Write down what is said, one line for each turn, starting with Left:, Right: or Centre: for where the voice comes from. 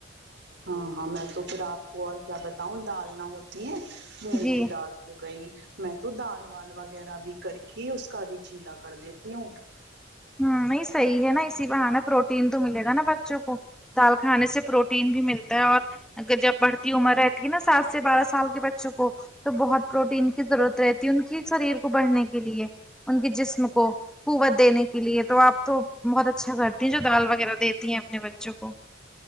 Right: ہاں ہاں میں تو پھر آپ کو اور کیا بتاؤں دال نہ ہوتی ہے مونگ
Centre: جی
Right: کی دال ہو گئی میں تو دال وال وغیرہ بھی کر کے اس کا بھی چیلا کر دیتی ہوں
Centre: ہوں نہیں صحیح ہے نہ اسی بہانے پروٹین تو ملے گا نہ بچوں کو دال کھانے سے پرو ٹین بھی ملتا ہے اور اگر جب بڑھتی عمر رہتی ہے نہ سات سے بارہ سال کے بچوں کو تو بہت پروٹین کی ضرورت رہتی ہے ان کی شریر کو بڑھنے کے لیے ان کے جسم کو قوت دینے کے لیے تو آپ تو بہت اچھا کرتی جو دال وغیرہ دیتی ہیں اپنے بچوں کو